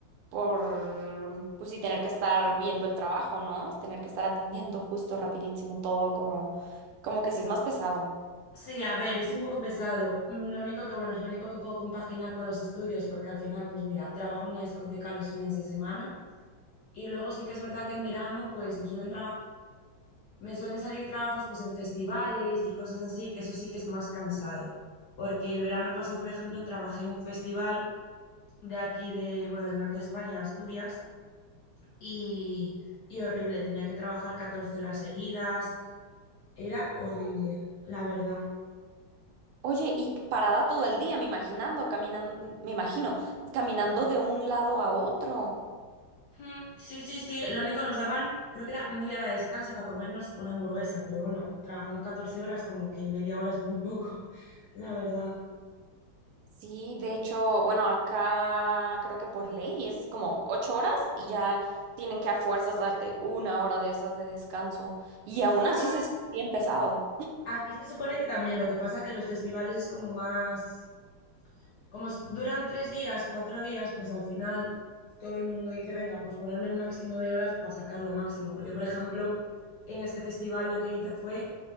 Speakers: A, on the right; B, on the left.
A: por, pues sí, tener que estar viendo el trabajo, ¿no? Es tener que estar atendiendo justo, rapidísimo, todo como, como que sí es más pesado.
B: Sí, a ver, es un poco pesado. Mm, Lo único que bueno, es lo único que puedo compaginar con los estudios, porque al final, pues mira, trabajo en una discoteca los fines de semana. Y luego sí que es verdad que en verano, pues me suelen Me suelen salir trabajos pues en festivales y cosas así, que eso sí que es más cansado, porque el verano pasado, por ejemplo, trabajé en un festival de aquí de, bueno, del norte de España, Asturias, y, y horrible, tenía que trabajar 14 horas seguidas, era
A: Mm.
B: horrible, la verdad.
A: Oye, y parada todo el día, me imaginando, caminando, me imagino, caminando de un lado a otro.
B: Mm, Sí, sí, sí, lo único nos daban, creo que era media hora de descanso para comernos una hamburguesa, pero bueno, trabajando 14 horas como que media hora es muy poco, <laughs> la verdad.
A: Sí, de hecho, bueno, acá creo que por ley es como ocho horas y ya tienen que a fuerzas darte una hora de esas de descanso. Y
B: Sí,
A: aún así
B: no,
A: se siente bien pesado.
B: Aquí se supone que también, lo que pasa es que los festivales es como más, como s- duran tres días, cuatro días, pues al final todo el mundo dice, venga, pues ponerme el máximo de horas para sacar lo máximo. Porque, por ejemplo, en este festival lo que hice fue,